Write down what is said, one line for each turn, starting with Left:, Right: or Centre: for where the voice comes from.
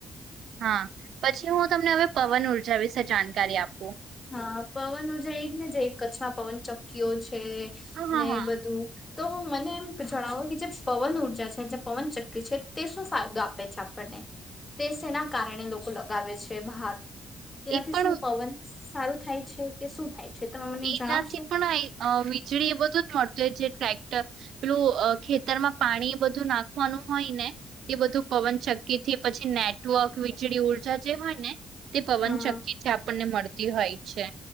Right: હા પછી હું તમને હવે પવન ઉર્જા વિશે જાણકારી આપું
Left: હ પવન જેાય એ જ ને જે કચ્છમાં પવન ચક્કી્યો છે
Right: હા હા
Left: ને
Right: હા
Left: બધું તો મને એમ જણાવો કે જે પવન ઉઊર્જા છે જે પવન ચક્કકી છે તે શું ફાયદો આપે છે આપણને તે સના કારણે લોકો લગાવે છે બહાર તેનાથી
Right: એ પણ
Left: શું પવન સારું થાય છે કે શું થાય છે તમે મને
Right: એનાથી
Left: જણાવશો
Right: પણ વીજળી એ બધું જ મળતું જે ટક્ટર પેલું ખેતરમાં પાણી બધું નાખવાનું હોય ને એ બધું પવન ચક્કી થી પછી નેટવર્ક વીજળી ઉર્જા જે હોય ને તે પવન
Left: હા
Right: ચક્કી છે આપણને મળતી હોય છે